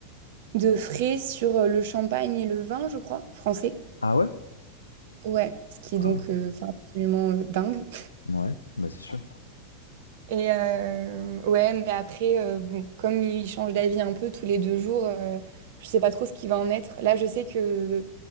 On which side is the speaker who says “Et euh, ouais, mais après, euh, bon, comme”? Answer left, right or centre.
Right